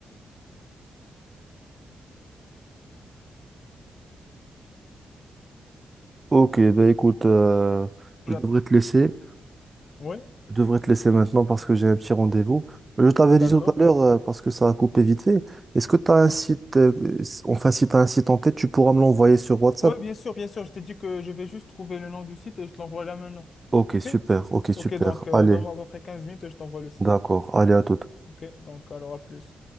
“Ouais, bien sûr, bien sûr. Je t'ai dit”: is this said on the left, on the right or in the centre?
Left